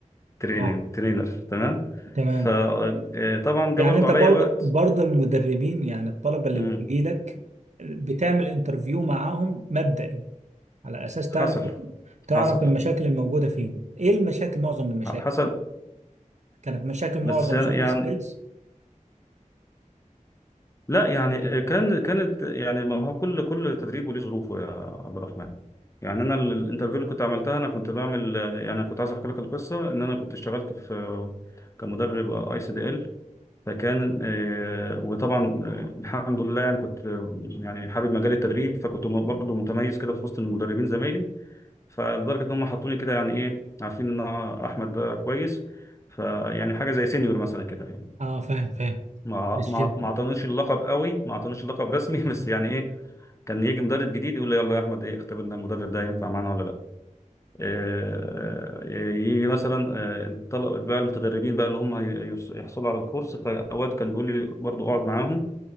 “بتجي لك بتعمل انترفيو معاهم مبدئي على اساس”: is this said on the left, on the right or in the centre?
Right